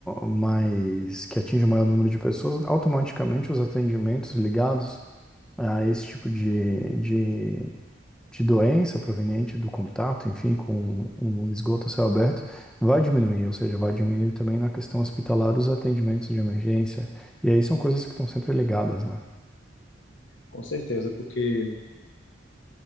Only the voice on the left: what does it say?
Com certeza, porque